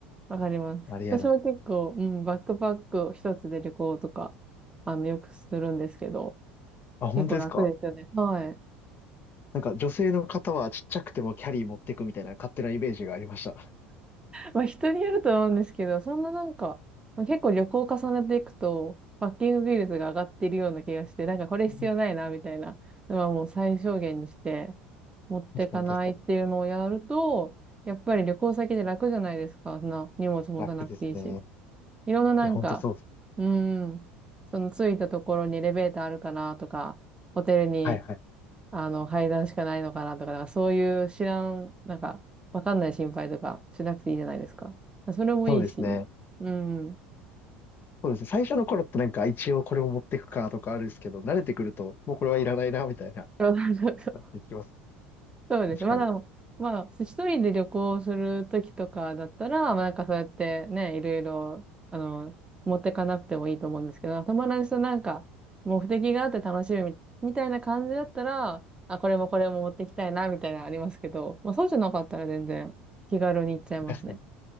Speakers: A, on the right; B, on the left.
A: わかります。
B: あれやな。
A: 私も結構、うん、バックパック一つで旅行とか、あの、よくするんですけど、
B: あ、本当ですか
A: 結構楽ですよね。はい。
B: なんか女性の方はちっちゃくてもキャリー持ってくみたいな勝手なイメージがありました。
A: まあ人によると思うんですけど、そんななんか、まあ、結構旅行を重ねていくと、パッキングビールズが上がっているような気がして、なんかこれ必要ないな、
B: うん
A: みたいなのはもう最小限にして、持ってかないっていうのをやると、
B: 確かに確かに。
A: やっぱり旅行先で楽じゃないですか。そんな荷物持たなくていいし。
B: 楽ですね。
A: いろんななんか、
B: いや、ほんとそうです。
A: うーん、その着いたところにエレベーターあるかなとか、ホテルに
B: はいはい。
A: あの、階段しかないのかなとか、なんかそういう知らん、なんか、わかんない心配とかしなくていいじゃないですか。それもいいし。
B: そうですね。
A: うん。
B: そうですね。最初の頃ってなんか一応これを持っていくかとかあるんですけど、慣れてくるともうこれはいらないなみたいな、
A: そうそうそう
B: なっていきます。
A: そうです。
B: 確かに。
A: まだ、まあ、一人で旅行するときとかだったら、まあなんかそうやってね、いろいろ、あの、持ってかなくてもいいと思うんですけど、友達となんか、目的があって楽しみみみたいな感じだったら、あ、これもこれも持ってきたいな、みたいなのありますけど、まあそうじゃなかったら全然気軽に行っちゃいますね。
B: 確かに。